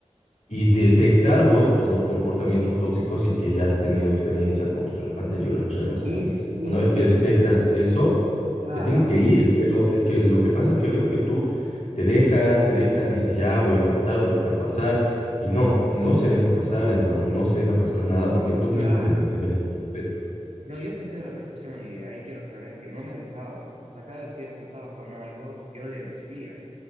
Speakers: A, on the left; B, on the right.
A: y detectar vos los comportamientos tóxicos y que ya has tenido experiencia con tus anteriores relaciones.
B: Y, y
A: Una
B: sí,
A: vez que detectas
B: y-
A: eso,
B: claro,
A: te tienes que ir, pero es que lo que pasa es que veo que tú te dejas, te dejas, dices, ya voy a aguantar, voy a dejar pasar. Y no, no se deja pasar, hermano,
B: y-
A: no se deja pasar nada porque tú
B: claro.
A: mismo te, te mereces respeto.
B: No, yo te entiendo a la perfección y ahí quiero aclarar que no me dejaba. O sea, cada vez que ella saltaba con algo, yo le decía.